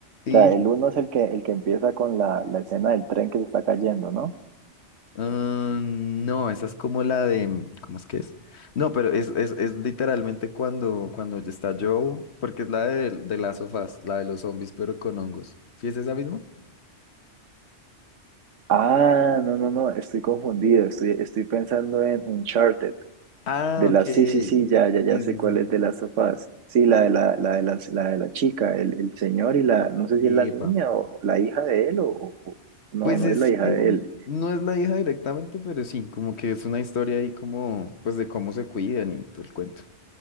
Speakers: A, on the left (about 65°); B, on the right (about 85°).
A: Sí.
B: O sea, el
A: sí,
B: uno
A: sí.
B: es el que, el que empieza con la, la escena del tren que se está cayendo, ¿no?
A: Ah, no, esa es como la de, mm, ¿cómo es que es? No, pero es, es, es literalmente cuando, cuando ya está Joe, porque es la de, de las sofás, la de los zombies, pero con hongos. ¿Sí es esa misma?
B: Ah, no, no, no, estoy confundido. Estoy, estoy pensando en Uncharted.
A: Ah,
B: De
A: ok.
B: la,
A: Sí,
B: sí, sí, sí, ya, ya, ya
A: sí,
B: sé cuál
A: sí.
B: es de las sofás. Sí, la de la, la de las- la, de la chica, el, el señor y la, no sé si
A: Epa.
B: es la niña o la hija de él o, o- o- no,
A: Pues
B: no
A: es
B: es la hija
A: que
B: de él.
A: no es la hija directamente, pero sí, como que es una historia ahí como, pues de cómo se cuidan y todo el cuento.